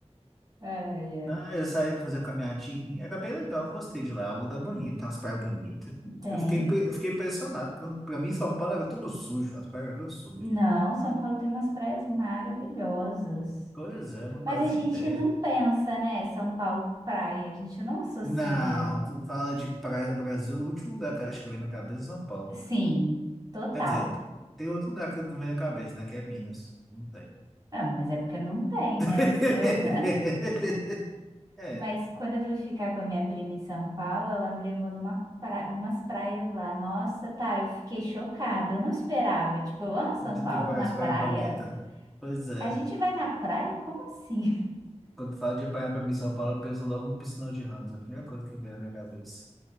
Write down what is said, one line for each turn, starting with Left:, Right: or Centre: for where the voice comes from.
Right: Ai, ai.
Centre: Não, eu saí pra fazer caminhadinha. Era bem legal, eu gostei de lá. É um lugar bonito, tem umas praias bonitas.
Right: Tem.
Centre: Eu fiquei, pe- eu fiquei impressionado. Quando, pra mim, São Paulo era tudo sujo, as praias eram sujas.
Right: Não, São Paulo tem umas praias maravilhosas.
Centre: Pois é, não
Right: Mas
Centre: fazia
Right: a gente
Centre: ideia.
Right: não pensa, né? São Paulo praia, a gente não associa.
Centre: Não, tu fala de praia no Brasil, o último lugar que eu acho que vem na cabeça é São Paulo.
Right: Sim, total.
Centre: Quer dizer, tem outro lugar que não vem na cabeça, né? Que é Minas. Não tem.
Right: Ah, mas é porque não tem, né?
Centre: <laughs>
Right: <laughs>
Centre: É,
Right: Mas quando eu fui ficar com a minha prima em São Paulo, ela me levou numa pra... numas praias lá. Nossa, tá, eu fiquei chocada. Eu não esperava. Tipo, ah, São
Centre: de
Right: Paulo
Centre: ter várias
Right: na praia?
Centre: praias bonitas. Pois é.
Right: A gente vai na praia? Como assim?
Centre: Quando fala de praia pra mim, em São Paulo, eu penso logo no Piscinão de Ramos. É a primeira coisa que vem na minha cabeça.